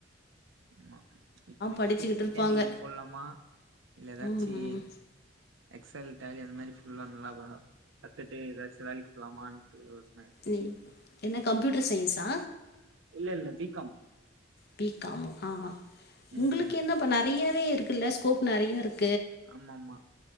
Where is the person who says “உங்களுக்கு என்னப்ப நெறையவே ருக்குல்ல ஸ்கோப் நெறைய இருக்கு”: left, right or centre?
Left